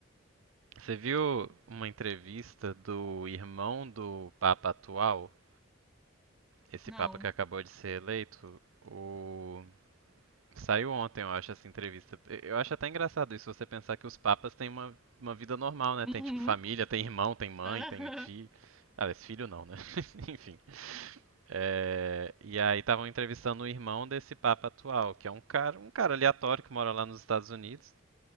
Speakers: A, on the right; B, in the centre.
A: Você viu uma entrevista do irmão do Papa atual, esse
B: Não.
A: Papa que acabou de ser eleito, o Saiu ontem, eu acho, essa entrevista. Eu acho até engraçado isso, você pensar que os papas têm uma, uma vida normal, né?
B: Uhum.
A: Tem, tipo, família, tem irmão, tem mãe,
B: <laughs>
A: tem filho. Aliás, filho não, né? <laughs> Enfim. É, e aí estavam entrevistando o irmão desse papa atual, que é um cara, um cara aleatório que mora lá nos Estados Unidos.